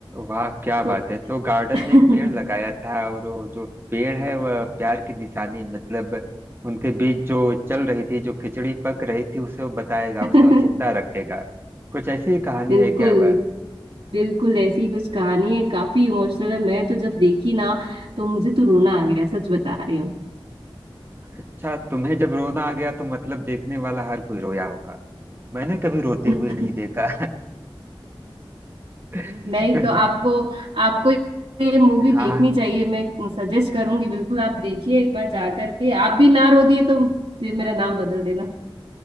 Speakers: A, on the right; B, on the right.
A: वाह क्या
B: तो
A: बात है तो गार्डन
B: <laughs>
A: में एक पेड़ लगाया था और वो जो पेड़ है वह प्यार की निशानी मतलब उनके बीच जो चल रही थी जो खिचड़ी पक रही थी उसे वो बताएगा
B: <laughs>
A: उसे वो जिंदा रखेगा कुछ ऐसी ही कहानी
B: बिल्कुल
A: है क्या वह
B: बिल्कुल ऐसी कुछ कहानी है काफी इमोशनल है मैं तो जब देखी ना तो मुझे तो रोना आ गया सच बता रही हूँ
A: अच्छा तुम्हें जब रोना आ गया तो मतलब देखने वाला हर कोई रोया होगा मैंने कभी रोते
B: <laughs>
A: हुए नहीं देखा <laughs>
B: नहीं तो आपको आपको ये मूवी
A: हाँ
B: देखनी चाहिए मैं सजेस्ट करूंगी बिल्कुल आप देखिए एक बार जा करके आप भी ना रो दिए तो फिर मेरा नाम बदल देना